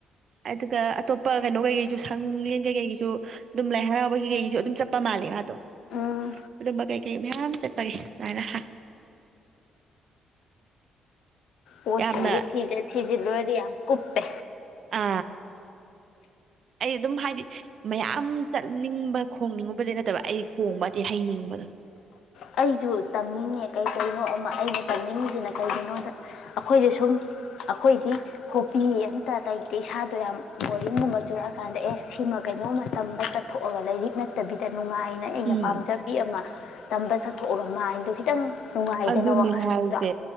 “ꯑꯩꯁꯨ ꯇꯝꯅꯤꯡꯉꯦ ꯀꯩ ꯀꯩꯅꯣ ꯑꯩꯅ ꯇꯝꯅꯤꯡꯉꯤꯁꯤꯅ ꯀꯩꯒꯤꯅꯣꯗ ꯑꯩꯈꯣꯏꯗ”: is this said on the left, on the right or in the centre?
Left